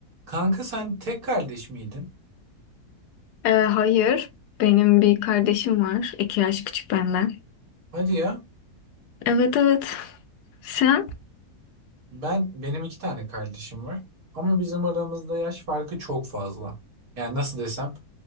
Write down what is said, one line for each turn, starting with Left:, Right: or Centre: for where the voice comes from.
Right: Kanka sen tek kardeş miydin?
Left: Ee, hayır. Benim bir kardeşim var. İki yaş küçük benden.
Right: Hadi ya.
Left: Evet evet. Sen?
Right: Ben benim iki tane kardeşim var. Ama bizim aramızda yaş farkı çok fazla. Yani nasıl desem,